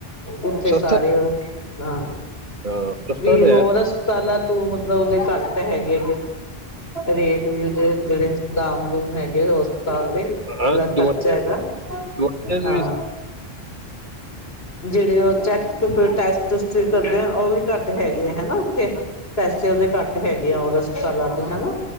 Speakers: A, on the left; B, on the right.
A: ਉੱਥੇ
B: ਸਸਤਾ
A: ਸਾਰੇ ਹਾਂ,
B: ਹਾਂ, ਸਸਤਾ
A: ਵੀ
B: ਤੇ
A: ਹੋਰ
B: ਹੈ
A: ਹਸਪਤਾਲਾਂ ਓ ਮਤਲਬ ਉਹਦੇ ਘੱਟ ਹੈਗੇ ਰੇਟ ਵੀ ਉਹਦੇ ਜਿਹੜੇ ਦਾਮ-ਦੂਮ ਹੈਗੇ ਉਸ ਹਸਪਤਾਲ ਦੇ ਜਿਹੜਾ
B: ਹਾਂ ਦਵਾਈਆਂ
A: ਖ਼ਰਚਾ ਹੈਗਾ,
B: ਦਵਾਈਆਂ
A: ਹਾਂ
B: ਵੀ <inaudible>
A: ਜਿਹੜੇ ਉਹ ਚੈੱਕ ਚੱਕ ਟੈਸ ਤੁਸਤ ਕਰਦੇ ਆ ਉਹ ਵੀ ਘੱਟ ਹੈਗੇ ਆ ਹਨਾ ਉੱਥੇ ਪੈਸੇ ਉਹਦੇ ਘੱਟ ਹੈਗੇ ਆ ਉਹ ਰਸਪਾਲਾ ਤੋਂ ਹਨਾ